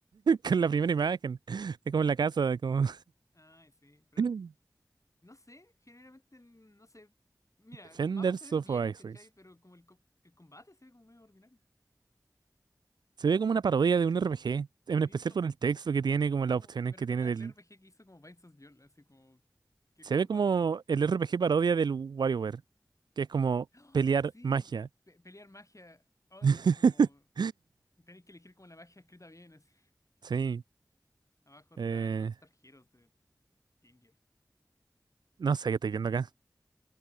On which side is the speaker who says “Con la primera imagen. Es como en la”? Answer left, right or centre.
Right